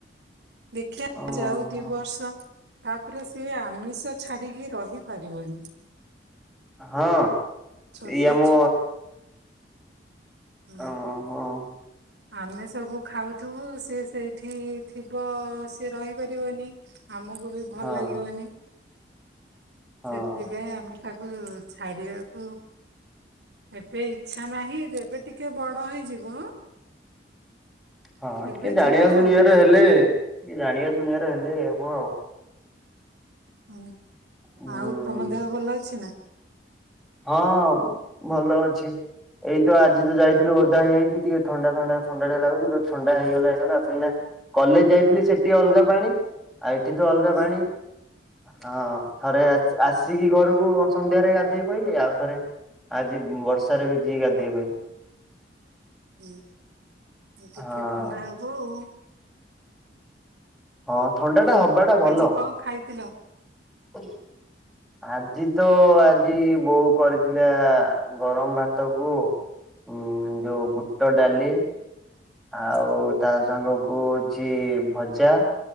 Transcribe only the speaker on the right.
ଦେଖିଆ
ଯାଉ ଦି ବର୍ଷ। ତାପରେ ସିଏ ଆମିଷ ଛାଡିକି ରହି ପାରିବନି।
ଛୋଟ
ଉଁ।
ଆମେ ସବୁ ଖାଉଥିବୁ ସେ ସେଇଠି ଥିବ ସିଏ ରହିପାରିବନି ଆମକୁ ବି ଭଲ
ଲାଗିବନି।
ସେଥିପାଇଁ ଆମେ ତାକୁ ଛାଡିବାକୁ ଏବେ ଇଛା ନାହିଁ, ଯେବେ ଟିକେ ବଡ ହେଇଯିବ।
ଏବେ
ଯିବ
ଆଉ
ହୁଁ,
ଆଉ ତମ ଦେହ ଭଲ ଅଛି ନା?
ହଁ
ହୁଁ ଟିକେ
ଥଣ୍ଡା ହବ ଆଉ।
ଆଜି କଣ ଖାଇଥିଲ।
ହୁଁ